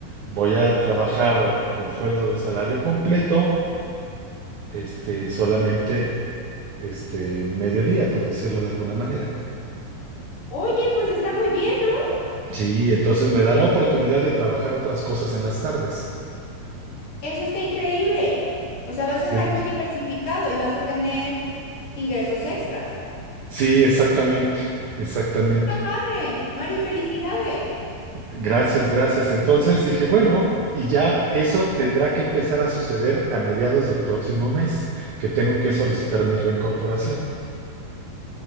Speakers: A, on the right; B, on the left.
A: voy a trabajar con sueldo de salario completo, este, solamente, este, mediodía, por decirlo de alguna manera.
B: Oye, pues está muy bien, ¿no?
A: Sí, entonces me dará oportunidad de trabajar otras cosas en las tardes.
B: Eso está increíble. O sea, vas
A: Sí,
B: a estar muy diversificado y vas a tener ingresos extras.
A: sí, exactamente, exactamente.
B: Eso está padre. Mario, felicidades.
A: Gracias, gracias. Entonces dije, bueno, y ya eso tendrá que empezar a suceder a mediados del próximo mes, que tengo que solicitar mi reincorporación.